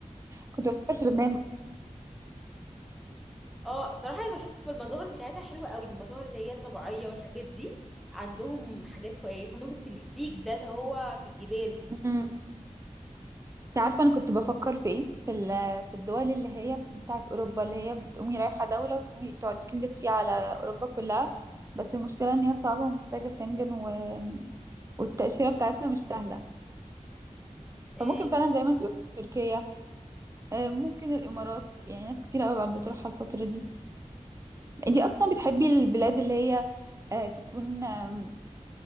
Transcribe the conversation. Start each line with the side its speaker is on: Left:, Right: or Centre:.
Right: كنت بفكر في لبنان
Centre: اه صراحة انا بشوف في المظاهر بتاعتها حلوة قوي المظاهر اللي هي الطبيعية والحاجات دي عندهم حاجات كويسة عندهم التلفريك ده اللي هو في الجبال
Right: امم انت عارفه انا كنت بفكر في ايه في ال- في الدول اللي هي بتاعت اوروبا اللي هي بتقومي رايحه دوله وتقومي تقعدي تلفي على اوروبا كلها بس المشكله ان هي صعبه ومحتاجه شنجن و... والتاشيره بتاعتها مش سهله
Centre: آه،
Right: فممكن فعلا زي ما انت قلت تركيا آه، ممكن الامارات يعني ناس كتير قوي بقى بتروحها الفتره دي انت اصلا بتحبي البلاد اللي هي آه، تكون آم،